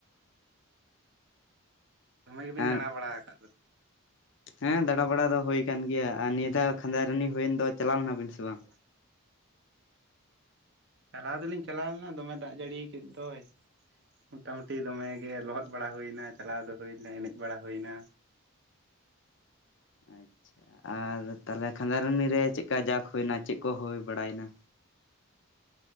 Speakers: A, on the right; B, on the left.
A: ᱫᱚᱢᱮ ᱜᱮᱵᱤᱱ
B: ᱦᱮᱸ
A: ᱫᱟᱬᱟ ᱵᱟᱲᱟ ᱟᱠᱟᱫ ᱫᱚ᱾
B: ᱦᱮᱸ ᱫᱟᱬᱟ ᱵᱟᱲᱟ ᱫᱚ ᱦᱩᱭ ᱟᱠᱟᱱᱟ ᱜᱮᱭᱟ ᱟᱨ ᱱᱤᱭᱟᱹ ᱫᱷᱟᱣ ᱠᱷᱟᱸᱫᱟᱭᱨᱟᱱᱤ ᱦᱩᱭᱮᱱ ᱫᱚ ᱪᱟᱞᱟᱣ ᱞᱮᱱᱟ ᱵᱤᱱ ᱥᱮ ᱵᱟᱝ?
A: <inaudible> ᱪᱟᱞᱟᱣ ᱫᱚᱞᱤᱧ ᱪᱟᱞᱟᱣ ᱞᱮᱱᱟ, ᱫᱚᱢᱮ ᱫᱟᱜ ᱡᱟᱹᱲᱤ ᱠᱮᱫ ᱫᱚᱭ᱾ ᱢᱚᱴᱟᱼᱢᱩᱴᱤ ᱫᱚᱢᱮ ᱜᱮ ᱞᱚᱦᱚᱫ ᱵᱟᱲᱟ ᱦᱩᱭᱱᱟ᱾ ᱪᱟᱞᱟᱣ ᱫᱚ ᱦᱩᱭᱱᱟ ᱮᱱᱮᱡ ᱵᱟᱲᱟ ᱦᱩᱭ ᱮᱱᱟ᱾
B: ᱟᱪᱪᱷᱟ ᱟᱨ ᱛᱟᱦᱞᱮ ᱠᱷᱟᱸᱫᱟᱭᱨᱟᱱᱤ ᱨᱮ ᱪᱮᱫᱠᱟ ᱡᱟᱠ ᱦᱩᱭᱮᱱᱟ ᱪᱮᱫ ᱠᱚ ᱦᱩᱭ ᱵᱟᱲᱟᱭ ᱮᱱᱟ?